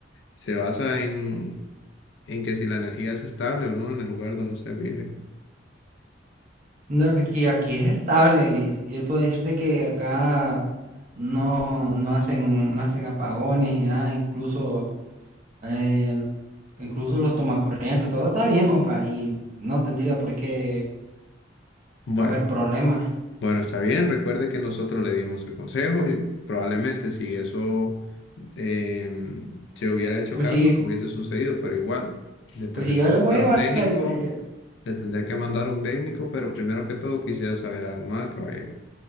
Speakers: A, on the left; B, on the right.
A: se basa en, en que si la energía es estable o no en el lugar donde usted vive.
B: No, porque aquí es estable y, y él puede decirte que acá no, no hacen, no hacen apagones ni nada, incluso, eh, incluso los tomacorrientes, todo está bien, compa, y no tendría por qué
A: Bueno.
B: haber problemas.
A: Bueno, está bien, recuerde que nosotros le dimos el consejo y probablemente si eso em, se hubiera hecho
B: Pues
A: caso,
B: sí,
A: no hubiese sucedido, pero igual, le tendré
B: pues sí, yo
A: que
B: le
A: mandar
B: voy a llevar
A: un técnico,
B: el... te-
A: le tendré que mandar un técnico, pero primero que todo quisiera saber algo más, caballero.